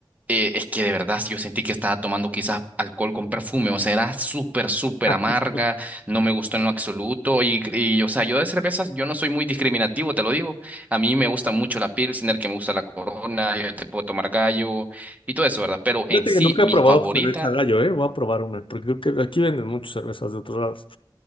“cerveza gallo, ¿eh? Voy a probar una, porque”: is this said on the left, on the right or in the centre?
Left